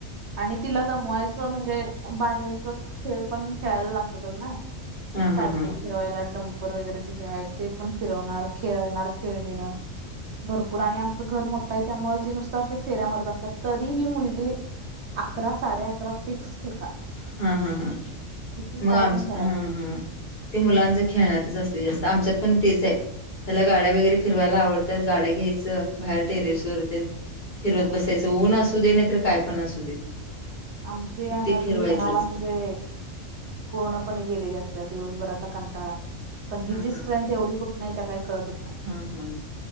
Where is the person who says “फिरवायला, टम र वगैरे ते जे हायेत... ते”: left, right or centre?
Right